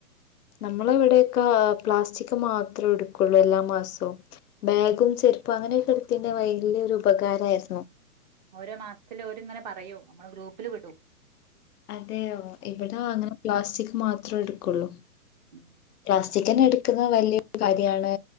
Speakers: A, on the left; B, on the right.
A: നമ്മള ഇവിടെക്കെ പ്ലാസ്റ്റിക് മാത്രേ എടുക്കുള്ളൂ എല്ലാ മാസവും ബാഗും ചെരുപ്പും അങ്ങനെയൊക്കെ എടുത്തിന്റെ വലിയൊരു ഉപകാരമായിരുന്നു
B: ഓരോ മാസത്തില് ഓരിങ്ങനെ പറയോ നമ്മള് ഗ്രൂപ്പില് വിടൂ
A: അതെയോ ഇവിടെ അങ്ങനെ പ്ലാസ്റ്റിക് മ ത്ര എടുക്കുള്ളൂ
B: ഉം
A: പ്ലാസ്റ്റിക്
B: ഇല്ല
A: തന്നെ എടു ക്ക്ന്ന വലിയൊരു കാര്യാണ്